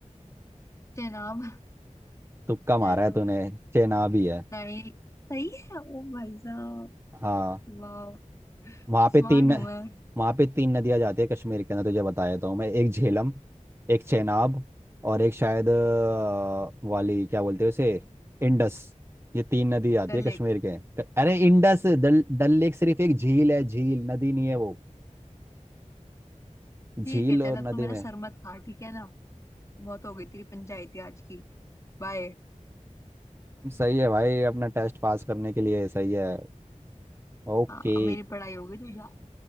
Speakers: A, on the left (about 25°); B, on the right (about 20°).
A: चेनाब
B: तुक्का मारा
A: चेनाब
B: है तूने चेनाब ही है
A: नहीं सही है ओ भाई साहब
B: हाँ
A: वाह
B: वहाँ पे
A: स्मार्ट
B: तीन
A: हूँ मैं
B: वहाँ पे तीन नदियाँ जाती है कश्मीर के अंदर तुझे बता देता हूँ मैं एक झेलम एक चेनाब और एक शायद अ, वाली क्या बोलते हैं उसे इंडस ये तीन नदी आती
A: डल
B: है कश्मीर
A: लेक
B: के क- अरे इंडस डल डल लेक सिर्फ एक झील है झील नदी नहीं है वो
A: ठीक
B: झील
A: है चल
B: और
A: अब
B: नदी
A: तू मेरा
B: में
A: सर मत खा ठीक है ना बहुत हो गई तेरी पंचायती आज की बाय
B: सही है भाई अपना टेस्ट पास करने के लिए सही है ओके
A: हाँ अब मेरी पढ़ाई हो गई तू जा